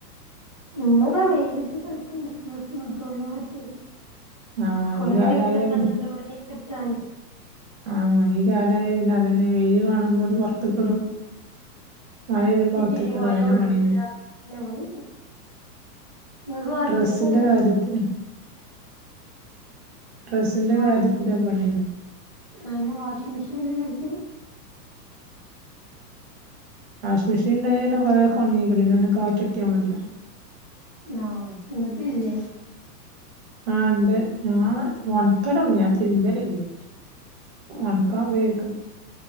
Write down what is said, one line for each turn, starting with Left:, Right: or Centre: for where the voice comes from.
Left: നിങ്ങതാ വെയിലിറ്റെ കളിക്കണ്ട തുണികളക്കെ
Right: ആഹ്
Left: കൊറെ
Right: ഈ കാലായ
Left: ദിവസത്ത ഉണ്ടല്ലോ ഉണങ്ങി കിട്ടാന്
Right: ആഹ ഈ കാലായ പിന്നെ അതന്നെ വെയില് കാണുമ്പോ ഒന്ന് പുറത്ത കിടും മഴെ യ്യുമ്പം ഔ ത്ത്ക്ക്
Left: ഇനി പോയ
Right: ടാ അതന്നെ
Left: ഉള്ള്ക്ക്
Right: പണി
Left: ഇടാ അതൊക്കെ പണി ഇങ്ങക്ക് വാഷിംഗ്
Right: ഡ്രസ്സിന്റെ
Left: മെഷീൻ ഇല്ലേ
Right: കാര്യത്തിന് ഡ്രസ്സിന്റെ
Left: വാഷ്
Right: കാര്യത്തി പണിണ്ട്
Left: അങ്ങനെ വാഷിംഗ മെഷീല്ലെ ങ്ങക്ക്
Right: വാഷ് മെഷീൻ ഉണ്ടെ കൊറെണങ്ങി പിന്ന ഒന്ന് കാറ്റട്ടിയാ മതി
Left: ആഹ ങക്ക്ല്ലേ
Right: ആ ഉണ്ട് ഞാ ഒണക്കലേള്ളു ഞാൻ തിരുമ്പലല്ലേ ഒൺ ക്കാ ൻ ഉപയോ ക്കും